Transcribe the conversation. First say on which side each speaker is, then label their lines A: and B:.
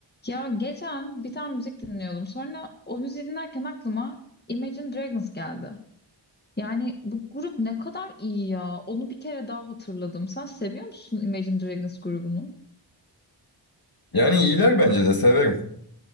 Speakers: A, on the left; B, on the left.
A: Ya geçen bir tane müzik dinliyordum. Sonra o müziği dinlerken aklıma Imagine Dragons geldi. Yani bu grup ne kadar iyi ya. Onu bir kere daha hatırladım. Sen seviyor musun Imagine Dragons grubunu?
B: Yani iyiler bence de severim.